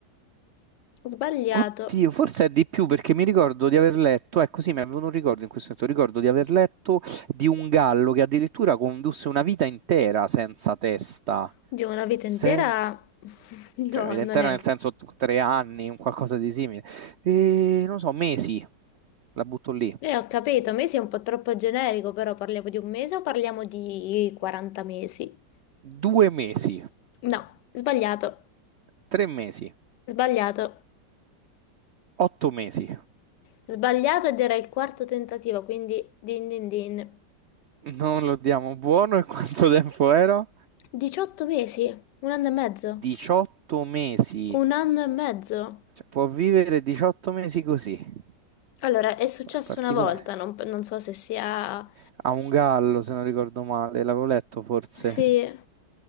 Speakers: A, on the left (about 75°); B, on the right (about 80°).
A: sbagliato.
B: Oddio, forse è di più perché mi ricordo di aver letto, ecco sì, mi avevano un ricordo in questo momento, ricordo di aver letto di un gallo che addirittura condusse una vita intera senza testa,
A: Di una vita
B: senza...
A: intera? <laughs> No,
B: cioè una vita
A: non
B: intera
A: è.
B: nel senso t- tre anni, un qualcosa di simile, e non so, mesi, la butto lì,
A: E ho capito, mesi è un po' troppo generico, però parliamo di un mese o parliamo di 40 mesi?
B: due mesi,
A: No, sbagliato,
B: tre mesi,
A: sbagliato.
B: otto mesi,
A: Sbagliato ed era il quarto tentativo, quindi din din din.
B: non lo diamo buono e quanto tempo era?
A: 18 mesi, un anno e mezzo,
B: 18 mesi.
A: un anno e mezzo.
B: Cioè, può vivere 18 mesi così.
A: Allora, è successo
B: Beh, è particolare.
A: una volta, non, non so se sia...
B: Ha un gallo, se non ricordo male, l'avevo letto forse.
A: Sì, è